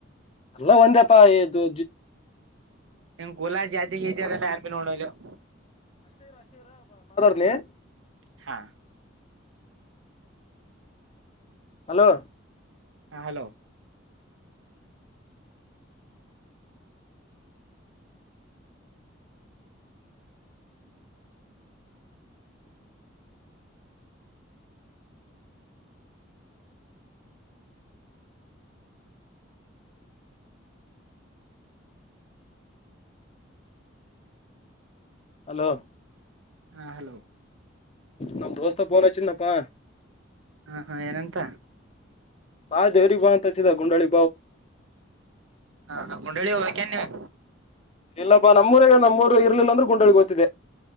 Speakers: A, on the left; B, on the right.
A: ಎಲ್ಲಾ ಒಂದೆಪ್ಪಾ ಇದು
B: ನಿ ಕುಲ ಜಾತಿಗೆ ಎಲ್ಲಾ ಯಾನ ನೋಡಲೇವ್
A: ಲೆ
B: ಹಾ
A: ಹಲೋ
B: ಹಾ ಹಲೋ
A: ಹಲೋ
B: ಹಾ ಹಲೋ
A: ನಮ್ಮ ದೋಸ್ತ ಫೋನ್ ಹಚ್ಚಿದ್ನಪ್ಪಾ
B: ಹಾ ಹಾಂ ಏನಂತ
A: ಬಾ ದೇವ್ರಿಗ ಬಾ ಅಂತಹಚಿ ಗುನಲ್ಲಿ
B: ಹ ಗುಂಡಳ್ಳಿ ಹೋಗ್ಬೇಕೇ ನೀವು
A: ಇಲ್ಲಪ್ಪಾ ನಮ್ಮೂರಿಗೆ ನಮ್ಮೂರು ಇರ್ಲಿಲ್ಲ ಅಂದ್ರೆ ಗಂಡಳ್ಳಿ ಗೊತ್ತಿದೆ